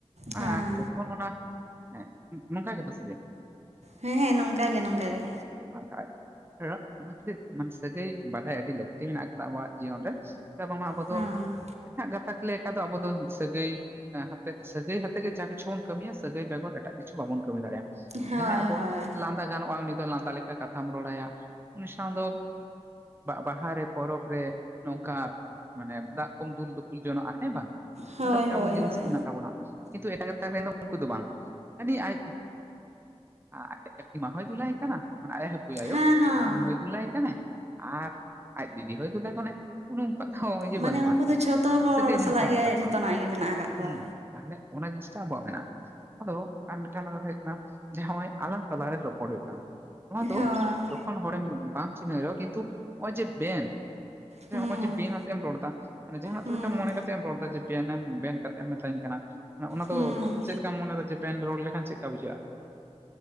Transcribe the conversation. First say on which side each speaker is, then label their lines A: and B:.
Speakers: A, on the right; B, on the right.
A: ᱟᱨ
B: ᱦᱮᱸ
A: ᱡᱚᱠᱷᱚᱱ ᱚᱱᱟ ᱦᱮᱸ, ᱱᱚᱝᱠᱟ ᱜᱮᱛᱚ ᱥᱮ ᱪᱮᱫ?
B: ᱦᱮᱸ, ᱦᱮᱸ, ᱱᱚᱝᱠᱟ ᱜᱮ ᱱᱚᱝᱠᱟ ᱜᱮ᱾
A: ᱦᱳᱭ ᱦᱳᱭ <unintelligible> ᱢᱟᱱᱮ ᱥᱟᱹᱜᱟᱹᱭ ᱵᱟᱰᱟᱭ ᱟᱹᱰᱤ ᱞᱟᱹᱠᱛᱤ ᱢᱮᱱᱟᱜ ᱟᱠᱟᱫᱟ ᱟᱵᱚᱣᱟᱜ ᱡᱤᱭᱚᱱ ᱨᱮ᱾ <unintelligible> ᱵᱟᱝᱢᱟ ᱟᱵᱚ
B: ᱦᱮᱸ
A: ᱫᱚ ᱮᱴᱟᱜ ᱜᱟᱛᱟᱠ ᱞᱮᱠᱟ ᱫᱚ ᱟᱵᱚ ᱫᱚ ᱥᱟᱺᱜᱟᱭ ᱮ ᱦᱟᱯᱮ ᱥᱟᱹᱜᱟᱹᱭ ᱦᱟᱛᱮᱜ ᱜᱮ ᱡᱟ ᱠᱤᱪᱷᱩ ᱵᱚᱱ ᱠᱟᱢᱤᱭᱟ ᱥᱟᱹᱜᱟᱹᱭ ᱵᱮᱜᱚᱨ ᱮᱴᱟᱜ ᱠᱤᱪᱷᱩ ᱵᱟᱵᱚᱱ ᱠᱟᱹᱢᱤ ᱫᱟᱲᱮᱭᱟᱜᱼᱟ᱾
B: ᱦᱳᱭ
A: ᱡᱟᱦᱟᱸᱭ ᱟᱵᱚ
B: ᱦᱳᱭ
A: ᱞᱟᱸᱫᱟ ᱜᱟᱱᱚᱜᱼᱟ ᱩᱱᱤ ᱫᱚ ᱞᱟᱸᱫᱟ ᱞᱮᱠᱟ ᱠᱟᱛᱷᱟᱢ ᱨᱚᱲᱟᱭᱟ ᱩᱱᱤ ᱥᱟᱶ ᱫᱚ ᱵᱟᱦᱟᱨᱮ ᱯᱚᱨᱚᱵᱽ ᱨᱮ ᱱᱚᱝᱠᱟ ᱢᱟᱱᱮ ᱫᱟᱜ ᱠᱚᱢ ᱫᱩᱞᱼᱫᱩᱯᱩᱞ ᱡᱚᱱᱚᱜᱼᱟ ᱦᱮᱸ ᱵᱟᱝ
B: ᱦᱳᱭ
A: ᱚᱱᱠᱟ ᱢᱤᱫᱴᱟᱝ
B: ᱦᱳᱭ
A: ᱟᱵᱚ ᱡᱤᱱᱤᱥ
B: ᱦᱳᱭ
A: ᱢᱮᱱᱟᱜ ᱛᱟᱵᱚᱱᱟ᱾ ᱠᱤᱱᱛᱩ ᱮᱴᱟᱜ <unintelligible> ᱨᱮᱫᱚ ᱩᱱᱠᱩ ᱫᱚ ᱵᱟᱝ ᱟᱹᱰᱤ ᱟᱡ ᱾ ᱟᱡ ᱢᱟ ᱦᱚᱭ ᱫᱩᱞᱟᱭ ᱠᱟᱱᱟ ᱢᱟᱱᱮ ᱟᱡ <unintelligible> ᱟᱭᱳ
B: ᱦᱮᱸ ᱦᱮᱸ
A: ᱩᱱᱤ ᱦᱚᱭ ᱫᱩᱞᱟᱭ ᱠᱟᱱᱟᱭ᱾ ᱟᱨ ᱟᱡ ᱫᱤᱫᱤ ᱦᱚᱭ ᱫᱩᱞᱟᱭ <unintelligible> <unintelligible> ᱤᱭᱟᱹ
B: ᱢᱟᱱᱮ
A: ᱵᱟᱹᱱᱩᱜᱼᱟ
B: ᱩᱱᱠᱩ ᱫᱚ ᱡᱷᱚᱛᱚ ᱦᱚᱲ
A: ᱥᱟᱹᱜᱟᱭ ᱡᱤᱱᱤᱥ
B: ᱥᱟᱞᱟᱜ
A: ᱵᱟᱹᱱᱩᱜ
B: ᱜᱮ
A: ᱛᱟᱠᱚᱣᱟ
B: ᱡᱷᱚᱛᱚᱱᱟᱜ ᱜᱮ ᱢᱮᱱᱟᱜ ᱟᱠᱟᱫ ᱠᱚᱣᱟ
A: ᱦᱩᱸ᱾ ᱛᱟᱦᱚᱞᱮ ᱚᱱᱟ ᱡᱤᱱᱤᱥᱴᱟ ᱟᱵᱚᱣᱟᱜ ᱢᱮᱱᱟᱜᱼᱟ ᱟᱫᱚ ᱟᱨ ᱢᱤᱫᱴᱟᱝ ᱟᱱᱟ ᱠᱟᱛᱷᱟ ᱦᱩᱭᱩᱜ ᱠᱟᱱᱟ᱾ ᱡᱟᱦᱟᱸ ᱱᱚᱜᱚᱭ ᱟᱞᱟᱝ ᱛᱟᱞᱟᱨᱮ ᱨᱚᱯᱚᱲ ᱦᱩᱭᱩᱜ ᱠᱟᱱᱟ ᱱᱚᱣᱟ ᱫᱚ
B: ᱦᱚᱸ
A: ᱛᱚᱠᱷᱚᱱ ᱦᱚᱲᱮᱢ ᱵᱟᱢ ᱪᱤᱱᱦᱟᱹᱣ ᱨᱮᱦᱚᱸ, ᱠᱤᱱᱛᱩ ᱦᱚᱜᱚᱭ ᱡᱮ ᱵᱮᱱ ᱮ
B: ᱦᱩᱸ
A: ᱱᱚᱜᱼᱚᱭ ᱡᱮ ᱵᱮᱱ ᱟᱛᱮ ᱮᱢ ᱨᱚᱲ ᱮᱫᱟ ᱡᱟᱦᱟᱱᱟᱜ
B: ᱦᱩᱸ
A: ᱛᱚ ᱢᱮᱫᱴᱟᱝ ᱢᱚᱱᱮ ᱠᱟᱛᱮ -ᱛᱮᱜ ᱨᱚᱲ ᱮᱫᱟ ᱡᱮ ᱵᱮᱱ ᱮᱢ ᱵᱮᱱ ᱠᱟᱛᱮ ᱮᱢ ᱢᱮᱛᱟᱹᱧ ᱠᱟᱱᱟ ᱚᱱᱟ ᱫᱚ
B: ᱦᱩᱸ
A: ᱪᱮᱫ ᱞᱮᱠᱟᱢ ᱢᱚᱱᱮᱫᱟ ᱡᱮ ᱯᱮᱱ ᱨᱚᱲ ᱞᱮᱠᱷᱟᱱ ᱪᱮᱫ ᱞᱮᱠᱟ ᱵᱩᱡᱷᱟᱹᱜᱼᱟ?